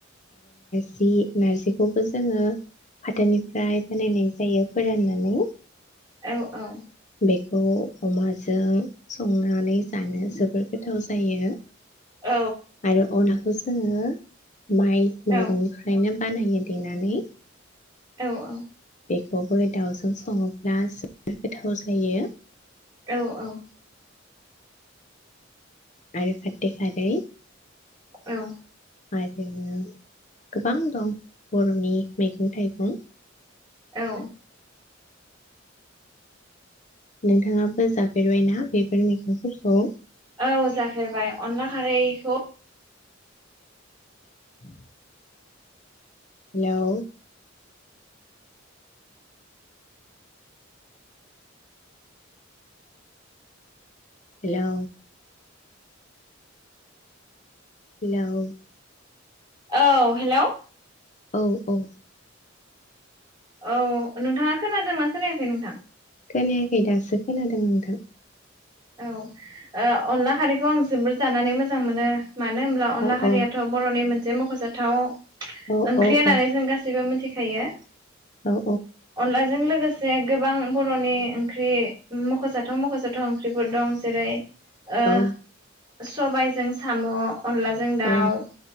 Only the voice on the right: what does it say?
औ औ।
औ
औ
औ औ।
औ औ।
औ।
औ।
औ जाफेरबाय अनला खारैखौ
औ हेलौ।
औ नोंथाङा खोनादोंना खोनायाखै नोंथां
औ अनला ओ खारैखौ आं जोबोर जानानै मोजां मोनो। मानो होमब्ला अनला
खारियाथ
बर'नि मोनसे जे मख'जाथाव
ओंख्रि
होननानै
जों गासैबो मिथि खायो
अनलाजों लोगो से गोबां बर'नि ओंख्रि मख'जाथाव मख'जाथाव ओंख्रिफोर दं जेरै ओ
सबायजों साम' अनलाजों दाउ